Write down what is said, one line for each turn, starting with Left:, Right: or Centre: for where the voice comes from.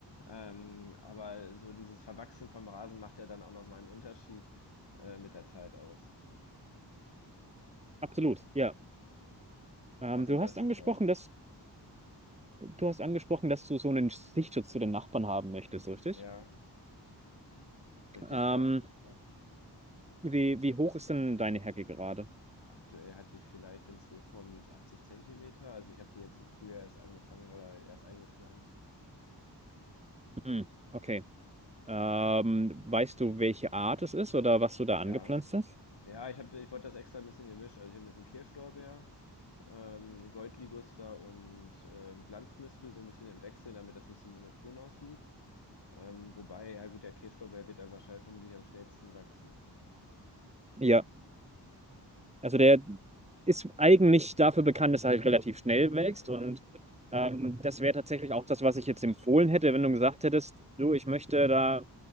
Left: Ähm, aber so dieses Verwachsen vom Rasen macht ja dann auch nochmal einen Unterschied äh, mit der Zeit aus.
Right: Absolut, ja. Ähm,
Left: Also
Right: du
Left: das,
Right: hast angesprochen,
Left: äh,
Right: dass du hast angesprochen, dass du so einen Sichtschutz zu den Nachbarn haben möchtest, richtig?
Left: ja, richtig,
Right: Ähm,
Left: ja, ja.
Right: wie, wie hoch ist denn deine Hecke gerade?
Left: Aktuell hatte ich vielleicht, wenn es hochkommt, 80 Zentimeter. Also ich habe die jetzt im Frühjahr erst angefangen oder erst eingepflanzt.
Right: Hm, okay. Ähm, weißt du, welche Art es ist oder was du da
Left: Ja,
Right: angepflanzt hast?
Left: ja, ich habe, ich wollte das extra ein bisschen gemischt. Also ich habe ein bisschen Kirschlorbeer, ähm, Goldliguster und ähm, Glanzmispel so ein bisschen im Wechsel, damit das nicht so monoton aussieht. Ähm, wobei, ja gut, der Kirschlorbeer wird da wahrscheinlich vermutlich am schnellsten wachsen.
Right: Ja, also der ist eigentlich dafür bekannt, dass er halt relativ schnell wächst
Left: Ja,
Right: und ähm, das wäre tatsächlich auch das, was ich jetzt empfohlen hätte, wenn du gesagt hättest, du, ich möchte da